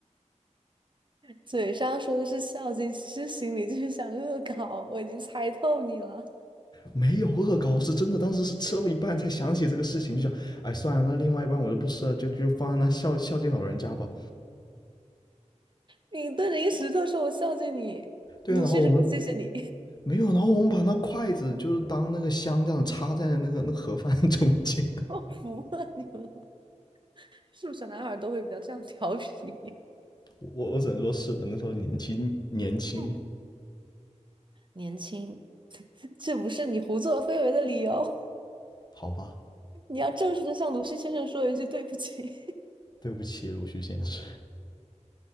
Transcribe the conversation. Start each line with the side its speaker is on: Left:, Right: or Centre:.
Right: 嘴上说的是孝敬，其实心里就是想恶搞。我已经猜透你了，
Left: 没有恶搞，是真的，当时是吃到一半才想起这个事情，就想，哎，算了，那另外一半我就不吃了，就就放在那孝孝敬老人家吧。
Right: 你对着一个石头说我孝敬你，
Left: 对啊，
Right: 鲁迅说我谢谢你，
Left: 然后我们没有，然后我们把那筷子就是当那个香这样插在那个那盒饭中间。
Right: <laughs> 我服了你们了是不是小男孩都会比较这样调皮？
Left: <laughs> 我我只能说是的，那时候年轻年轻，
Right: <laughs> 哎，年轻，这不是你胡作非为的理由。
Left: 好吧，
Right: 你要正式的向鲁迅先生说一句对不起。
Left: 对不起鲁迅先生。